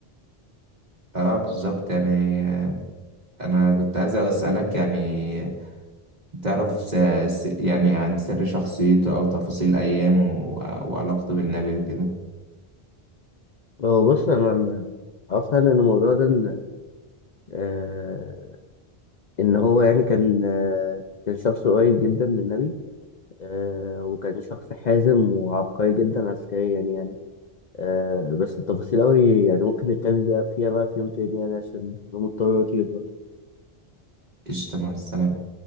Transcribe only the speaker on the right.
اه بالظبط يعني آه، انا كنت عايز اسالك يعني تعرف س... س... يعني عن سر شخصيته او تفاصيل ايامه و... وعلاقته بالنبي وكده
قشطة مع السلامة